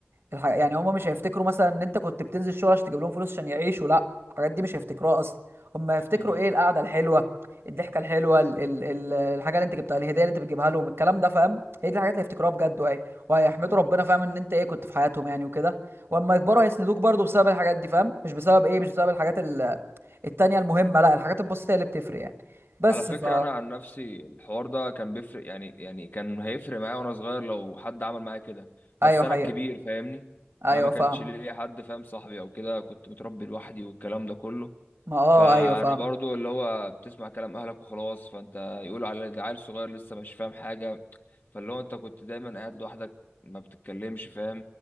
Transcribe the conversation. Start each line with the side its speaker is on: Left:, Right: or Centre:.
Right: الح... يعني هما مش هيفتكروا مثلا ان انت كنت بتنزل شغل عشان تجيب لهم فلوس عشان يعيشوا لا الحاجات دي مش هيفتكروها اصلا هما هيفتكروا
Left: مم.
Right: ايه القعده الحلوه الضحكه الحلوه ال... ال... ال... الحاجه اللي انت جبتها الهديه اللي انت بتجيبها لهم الكلام ده فاهم هي دي الحاجات اللي هيفتكروها بجد وايه وهيحمدوا ربنا فاهم ان انت ايه كنت في حياتهم يعني وكده واما يكبروا هيسندوك برضو بسبب الحاجات دي فاهم مش بسبب ايه مش بسبب الحاجات ال... التانيه المهمه لا الحاجات البسيطه هي اللي بتفرق يعني بس
Left: على فكرة
Right: ف
Left: أنا عن نفسي الحوار ده كان بيفرق يعني يعني كان هيفرق معايا وأنا صغير لو حد عمل معايا كده بس
Right: ايوه
Left: أنا
Right: حقيقه
Left: الكبير فاهمني
Right: ايوه
Left: أنا ما كانش
Right: فاهم
Left: ليا حد فاهم صاحبي أو كده كنت متربي لوحدي والكلام ده كله
Right: ما اه
Left: فأنا
Right: ايوه فاهم
Left: برضو اللي هو بتسمع كلام أهلك وخلاص فأنت يقولوا على ده عيل صغير لسه مش فاهم حاجة فاللي هو أنت كنت دايما قاعد لوحدك ما بتتكلمش فاهم